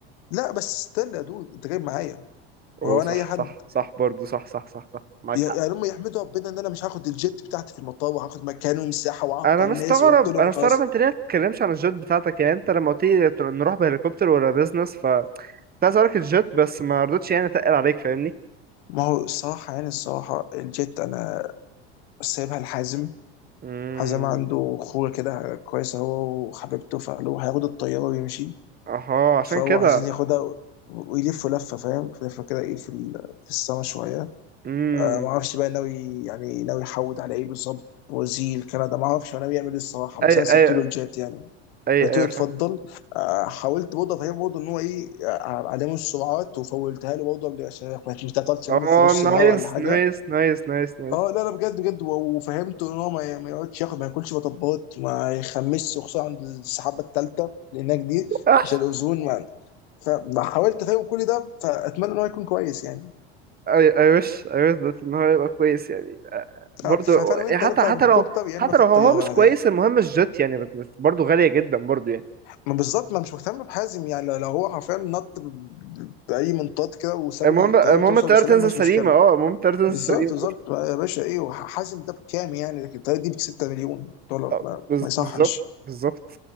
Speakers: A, on the left; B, on the right.
A: لا بس استنى يا دود انت جايب معايا
B: وصح
A: وهو انا اي حد
B: صح صح برضه صح صح صح صح معاك
A: يا-
B: حق
A: يعني هم يحمدوا ربنا ان انا مش هاخد الجيت بتاعتي في المطار وهاخد مكانه مساحه واعطل
B: انا مستغرب
A: الناس قلت لهم
B: انا مستغرب
A: خلاص
B: انت ليه ما تتكلمش عن الجيت بتاعتك يعني انت لما قلت لي تر- نروح بهليكوبتر ولا بيزنس ف كنت عايز اقولك الجيت بس ما رضيتش يعني اتقل عليك فاهمني
A: ما هو الصراحه يعني الصراحه الجيت انا سايبها لحازم
B: امم
A: حازم عنده خوره كده كويسه هو وحبيبته فقالوا هياخد الطياره ويمشي
B: اها عشان
A: فهو
B: كده
A: عايزين ياخدها ويلفوا لفه فاهم لفه كده ايه في ال- في السما شويه
B: امم
A: آه ما اعرفش بقى ناوي يعني ناوي يحود على ايه بالظبط وزير كندا ما اعرفش هو ناوي يعمل ايه الصراحه
B: اي
A: بس انا سبت
B: اي
A: له الجيت يعني
B: اي
A: قلت له
B: اي
A: اتفضل
B: فاهم
A: آه، حاولت برضه افهمه برضه ان هو ايه آه، علامه السرعات وفولتها له برضه قبل- عشان ما تعطلش
B: اه
A: منه في نص
B: نايس
A: الهواء ولا حاجه
B: نايس نايس نايس نايس
A: اه لا لا بجد بجد و- وفهمته ان هو ما ما يقعدش ياخد ما ياكلش مطبات ما يخمسش وخصوصا عند السحابه الثالثه لانها جديد
B: <laughs>
A: عشان الاوزون ما فحاولت افهمه كل ده فاتمنى ان هو يكون كويس يعني
B: اي اي وش اي وش ده ان هو يبقى كويس يعني آه، برضو
A: اه ف- فانا وانت
B: يعني حتى
A: نطلع
B: حتى
A: بالهليكوبتر
B: لو
A: يا
B: حتى
A: اما في
B: لو
A: الطياره
B: هو مش
A: العاديه
B: كويس المهم الجت يعني بت- بت- برضو غالية جدا برضو يعني
A: ما بالظبط ما مش مهتم بحازم يعني لو لو هو حرفيا نط ب- ب- باي منطاد كده وساب
B: المهم
A: الطياره
B: المهم
A: توصل
B: الطيارة
A: بسلام
B: تنزل
A: ماشي
B: سليمة
A: مشكله
B: اه المهم الطيارة تنزل
A: بالظبط
B: سليمة
A: بالظبط يا باشا ايه وح- حازم ده بكام يعني لكن الطياره دي ب 6 مليون دولار
B: آه،
A: ما,
B: بز-
A: ما يصحش
B: بالظبط بالظبط